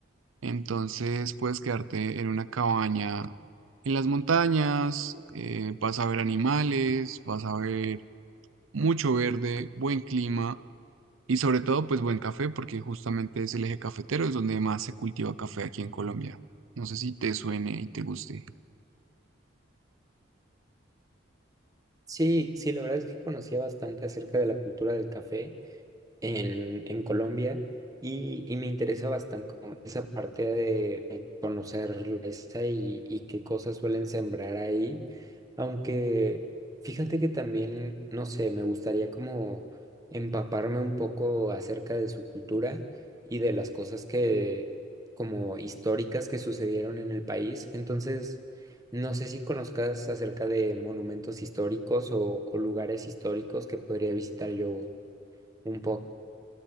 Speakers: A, on the right; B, on the right.
A: Entonces puedes quedarte en una cabaña en las montañas, eh, vas a ver animales, vas a ver mucho verde, buen clima y sobre todo pues buen café, porque justamente es el eje cafetero, es donde más se cultiva café aquí en Colombia. No sé si te suene y te guste.
B: Sí, sí, la verdad es que conocía bastante acerca de la cultura del café. en, en Colombia y, y me interesa bastante como esa parte de, de conocer esa y, y qué cosas suelen sembrar ahí, aunque fíjate que también, no sé, me gustaría como empaparme un poco acerca de su cultura y de las cosas que como históricas que sucedieron en el país, entonces... No sé si conozcas acerca de monumentos históricos o, o lugares históricos que podría visitar yo un poco.